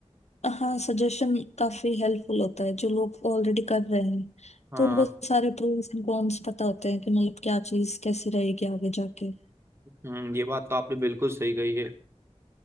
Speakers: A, on the left; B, on the right.
A: हाँ सजेशन काफी हेल्पफुल होता है जो लोग ऑलरेडी कर रहे हैं
B: हाँ
A: तो उनको सारे प्रोस एंड कॉन्स पता होते हैं कि मतलब क्या चीज कैसी रहेगी आगे जाके
B: हम्म ये बात तो आपने बिल्कुल सही कही है